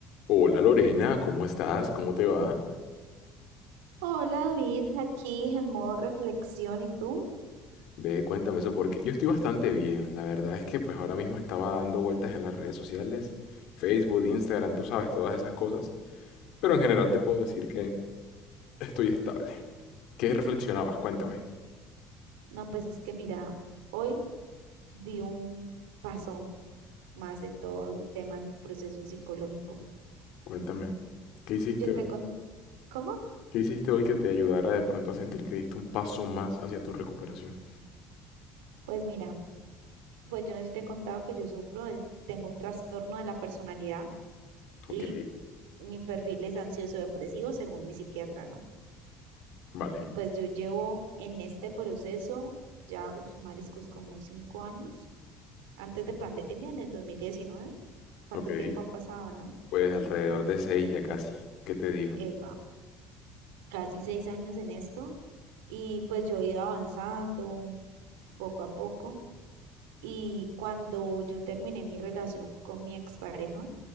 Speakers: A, on the left; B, on the right.
A: Hola Lorena, ¿cómo estás? ¿Cómo te va?
B: Hola David, aquí en modo reflexión. ¿Y tú?
A: Ve, cuéntame eso porque yo estoy bastante bien. La verdad es que pues ahora mismo estaba dando vueltas en las redes sociales, Facebook, Instagram, tú sabes todas esas cosas, pero en general te puedo decir que estoy estable. ¿Qué reflexionabas? Cuéntame,
B: No, pues es que mira, hoy di un paso más en todo el tema de mi proceso psicológico.
A: cuéntame. ¿Qué hiciste
B: Yo
A: hoy?
B: te con ¿Cómo?
A: ¿Qué hiciste hoy que te ayudara de pronto a sentir que diste un paso más hacia tu recuperación?
B: Pues mira, pues yo no sé si te he contado que yo sufro del, tengo un trastorno de la personalidad
A: Ok,
B: y mi perfil es ansioso depresivo según mi psiquiatra, ¿no?
A: vale,
B: Y pues yo llevo en este proceso ya, uf, mariscos, como cinco años, antes de pandemia, en el 2019. ¿Cuánto
A: ok.
B: tiempo ha pasado, no?
A: Pues alrededor de seis ya casi. ¿Qué te digo?
B: Epa. casi seis años en esto y pues yo he ido avanzando poco a poco y cuando yo terminé mi relación con mi expareja,